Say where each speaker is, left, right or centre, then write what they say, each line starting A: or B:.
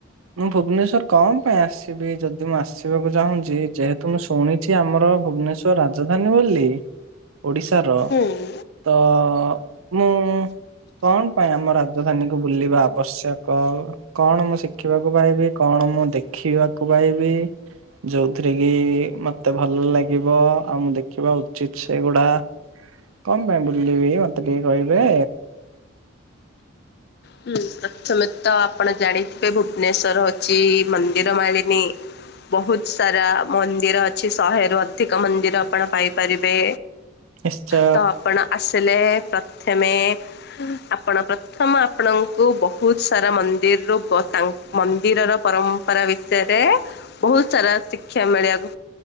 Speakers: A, on the right; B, on the left.
A: ମୁଁ ଭୁବନେଶ୍ଵର କଣ ପାଇଁ ଆସିବି ଯଦି ମୁଁ ଆସିବାକୁ ଚାହୁଁଚି ଯେହେତୁ ମୁଁ ଶୁଣି ଚି ଆମର ଭୁବନେଶ୍ଵର ରାଜଧାନୀ ବୋଲି ଓଡିଶାର
B: ହୁଁ ଉଁ
A: ତ ଅ ମୁଁ କଣ ପାଇଁ ଆମ ରାଜଧାନୀ କୁ ବୁଲିବା ଆବଶ୍ୟକ? କଣ ମୁଁ ଶିଖିବାକୁ ପାଇବି କଣ ମୁଁ ଦେଖିବାକୁ ପାଇବି ଯୋଉଥିରେ କି ମତେ ଭଲ ଲାଗିବ ଆଉ ମୁଁ ଦେଖିବା ଉଚିତ ସେଗୁଡା କଣ ପାଇଁ ବୁଲିବି ମତେ ଟିକେ କହିବେ?
B: ହୁଁ ପ୍ରଥମେ ତ ଆପଣ ଜାଣିଥିବେ ଭୁବନେଶ୍ଵର ହଉଚି ମନ୍ଦିର ମାଳିନୀ ବହୁତ ସାରା ମନ୍ଦିର ଅଛି ଶହେରୁ ଅଧିକ ମନ୍ଦିର ଆପଣ ପାଇପାରିବେ
A: ନିଶ୍ଚୟ।
B: ତ ଆପଣ ଆସିଲେ ଏ ପ୍ରଥମେ ଆପଣ ପ୍ରଥମ ଆପଣଙ୍କୁ ବହୁତ ସାରା ମନ୍ଦିରରୁୁ ତା ଙ୍କ ମନ୍ଦିରର ପରମ୍ପରା ବିଷୟରେ ବହୁତ ସାରା ଶିକ୍ଷା ମିଳିବାକୁ